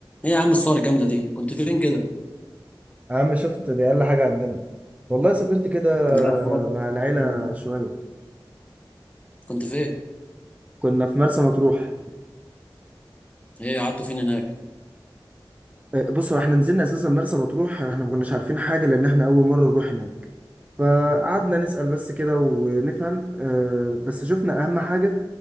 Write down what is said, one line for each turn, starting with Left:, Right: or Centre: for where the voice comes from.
Left: ايه يا عم الصور الجامده دي كنت فين كده
Right: يا عم شفت دي أقل حاجة عندنا والله سافرت كده
Left: لا صور
Right: مع العيلة
Left: صور إيه؟
Right: شوية
Left: كنت فين
Right: كنا في مرسى مطروح
Left: ايه قعدتوا فين هناك
Right: آه، بصوا احنا نزلنا أساسا مرسى مطروح احنا ما كناش عارفين حاجة لأن احنا أول مرة نروح هناك فقعدنا نسأل بس كده ونفهم آه، بس شفنا أهم حاجة